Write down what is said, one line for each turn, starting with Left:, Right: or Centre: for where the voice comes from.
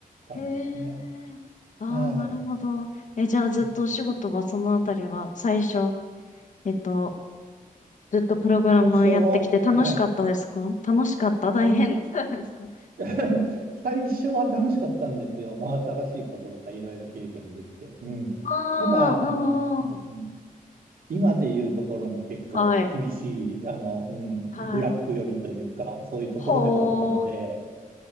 Right: 感じですね。
Left: あ、へえ。ああ、
Right: はい。
Left: なるほど。え、じゃあずっとお仕事はそのあたりは最初、
Right: うん
Left: えっと、ずっとプログラマーやってきて楽しかったですか楽しかった大変だったですか
Right: 最初は、はい。はい <laughs> 最初は楽しかったんですよ。真新しいこととかいろいろ経験できて。うん。
Left: ああー、
Right: ただ、あの、
Left: うんうん。
Right: うん、今で言うところの結構厳しい、
Left: はい。
Right: あの、うん、
Left: はい。
Right: ブラック寄りというか、そういうところでもあったので、
Left: ほー。